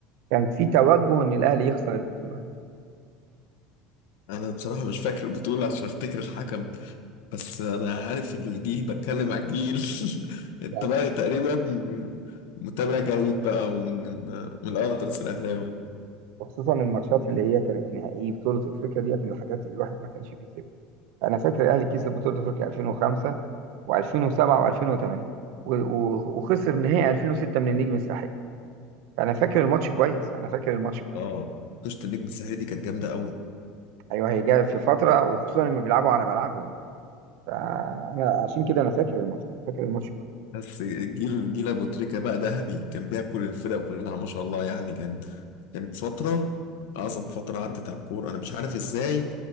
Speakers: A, on the right (about 60°); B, on the left (about 80°).
A: كان في توجه ان الاهلي يخسر البطوله دي
B: انا بصراحة مش فاكر البطولة عشان افتكر الحكم بس انا عارف الجيل بتكلم على الجيل <laughs> انت
A: لا لا
B: بقى تقريبا متابع جيد بقى ومن من الاطرس الاهلاوي
A: وخصوصا الماتشات اللي هي كانت نهائيه بطوله افريقيا ديت من الحاجات اللي الواحد ما كانش بيسيبها انا فاكر الاهلي كسب بطوله افريقيا 2005 و2007 و2008 و- و- وخسر نهائي 2006 من النجم الساحلي فانا فاكر الماتش كويس انا فاكر الماتش كويس
B: اه قشطة النجم الساحلي دي كانت جامده قوي
A: ايوه هي جايه في فتره وخصوصا لما بيلعبوا على ملعبهم فانا عشان كده انا فاكر الماتش انا فاكر الماتش كويس
B: بس الجيل جيل ابو تريكه بقى ذهبي كان بياكل الفرق كلها ما شاء الله يعني كان كانت فتره اعظم فتره عدت على الكوره انا مش عارف ازاي